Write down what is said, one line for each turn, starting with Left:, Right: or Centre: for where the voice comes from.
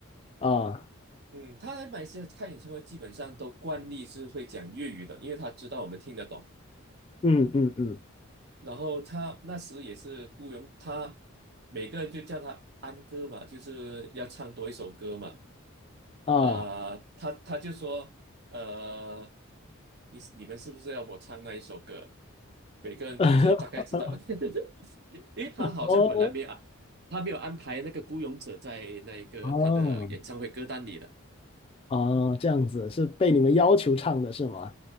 Left: 啊，
Right: 嗯，他来马来西亚开演唱会，基本上都惯例是会讲粤语的，因为他知道我们听得懂。
Left: 嗯嗯嗯
Right: 然后他那时也是雇佣他，每个人就叫他安哥嘛，就是要唱多一首歌嘛。
Left: 啊，
Right: 啊、他他就说，呃，你你们是不是要我唱那一首歌？每个人就是大概知道，
Left: <laughs>
Right: <laughs> 因为他好像本来没有安，
Left: 哦
Right: 他没有安排那个孤勇者在那个他的演唱会歌单里的。
Left: 哦哦，这样子是被你们要求唱的是吗？